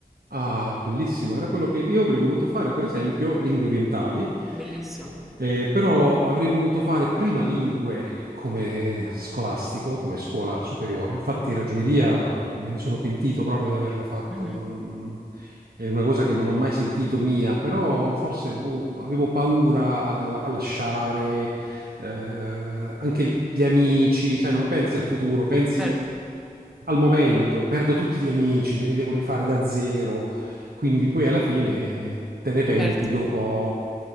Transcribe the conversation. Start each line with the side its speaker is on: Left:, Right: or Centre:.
Right: Ah, bellissimo, era quello che io avrei voluto fare, per esempio, lingue orientali,
Centre: Bellissimo.
Right: eh, però avrei voluto fare prima lingue come scolastico, come scuola superiore. Infatti, ragioneria me ne sono pentito proprio di averlo fatto.
Centre: Mhm.
Right: non- È una cosa che non ho mai sentito mia, però forse boh, avevo paura ad alla- a lasciare, eh, anche gli amici, sai, non pensi al futuro, pensi
Centre: Certo,
Right: al momento, perdo tutti gli amici, me li devo rifare da zero, quindi poi alla fine te ne penti
Centre: certo.
Right: dopo